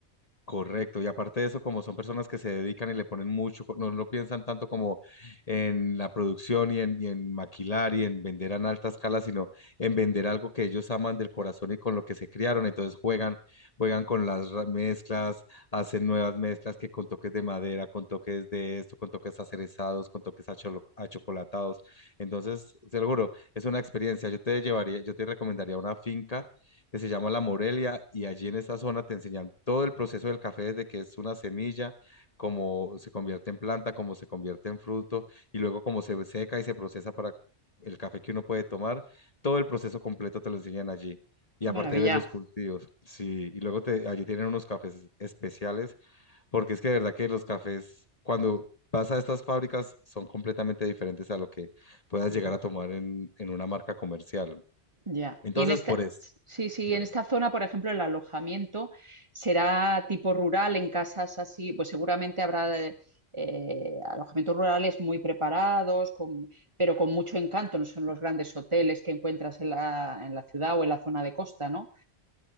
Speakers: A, on the left; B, on the right.
A: Correcto, y aparte de eso, como son personas que se dedican y le ponen mucho, co- no, no piensan tanto como en la producción y en, y en maquilar y en vender en alta escala, sino en vender algo que ellos aman del corazón y con lo que se criaron. Entonces juegan, juegan con las ra- mezclas, hacen nuevas mezclas que con toques de madera, con toques de esto, con toques acerezados, con toques acholo- achocolatados. Entonces, seguro, es una experiencia. Yo te llevaría, yo te recomendaría una finca que se llama La Morelia y allí en esta zona te enseñan todo el proceso del café desde que es una semilla, cómo se convierte en planta, cómo se convierte en fruto y luego cómo se seca y se procesa para el café que uno puede tomar. Todo el proceso completo te lo enseñan allí.
B: Qué
A: Y aparte
B: maravilla.
A: de ver los cultivos, sí, y luego te, allí tienen unos cafés especiales, porque es que de verdad que los cafés, cuando vas a estas fábricas, son completamente diferentes a lo que puedas
B: Ujú.
A: llegar a tomar en, en una marca comercial.
B: Ya.
A: Entonces,
B: Y en esta,
A: por eso,
B: sí, sí,
A: dime.
B: en esta zona, por ejemplo, el alojamiento será tipo rural, en casas así, pues seguramente habrá eh, alojamientos rurales muy preparados, con- pero con mucho encanto, no son los grandes hoteles que encuentras en la, en la ciudad o en la zona de costa, ¿no?